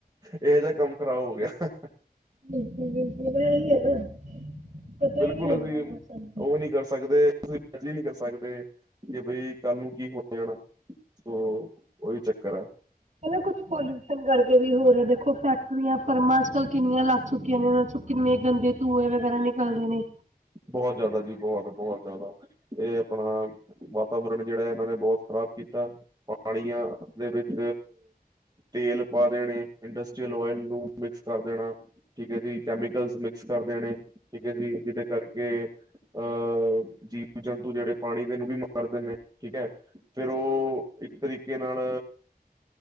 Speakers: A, on the right; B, on the right.
A: ਏ ਜਾ ਕੰਮ ਖ਼ਰਾਬ ਹੋ ਗਿਆ।
B: ਬਿਲਕੁੱਲ-ਬਿਲਕੁੱਲ ਏ ਈ ਐ ਨਾ। ਪਤਾ
A: ਬਿਲਕੁੱਲ
B: ਹੀ ਨਹੀਂ ਲੱਗਦਾ
A: ਅਸੀਂ
B: ਮੌਸਮ ਦਾ
A: ਓ ਨੀ ਕਰ ਸਕਦੇ ਅਸੀਂ ਨੀ ਕਰ ਸਕਦੇ ਕੇ ਬਈ ਕਾਲੂ ਕੀ ਹੋ ਜਾਣਾ ਹੋ ਉਈ ਚੱਕਰ ਐ।
B: ਪੈਲਾਂ ਕੁਛ ਪੋਲਿਊਸ਼ਨ ਕਰਕੇ ਵੀ ਹੋ ਰੇ ਦੇਖੋ ਫੈਕਟਰੀਆਂ, ਫਰਮਾਂ ਅੱਜ-ਕੱਲ ਕਿੰਨੀਆਂ ਲਗ ਚੁੱਕੀਆਂ ਨੇ ਉਨਾਂ ਚ ਕਿੰਨੇ ਗੰਦੇ ਧੂੰਏ ਵਗੈਰਾ ਨਿਕਲਦੇ ਨੇ।
A: ਬੋਹ ਜਿਆਦਾ ਜੀ ਬੋਤ ਬੋ ਜਿਆਦਾ ਤੇ ਆਪਣਾ ਵਾਤਾਵਰਨ ਜੇੜਾ ਇਨਾਂ ਨੇ ਬਹੁਤ ਖ਼ਰਾਬ ਕੀਤਾ ਪਾਣੀਆਂ ਦੇ ਵਿੱਚ ਤੇਲ ਪਾ ਦੇਣੇ, ਇੰਡਸਟਰੀਅਲ ਓਇਲ ਨੂੰ ਮਿਕਸ ਕਰ ਦੇਣਾ। ਠੀਕ ਏ ਜੀ ਕੈਮੀਕਲਸ ਮਿਕਸ ਕਰ ਦੇਣੇ ਠੀਕ ਐ ਜੀ ਜਿਦੇ ਕਰਕੇ ਅ ਜੀਵ ਜੰਤੂ ਜੇੜੇ ਪਾਣੀ ਦੇ ਨੂੰ ਵੀ ਮਾਰ‌ ਦੇ ਨੇ ਠੀਕ ਐ। ਫਿਰ ਓ ਇਕ ਤਰੀਕੇ ਨਾਲ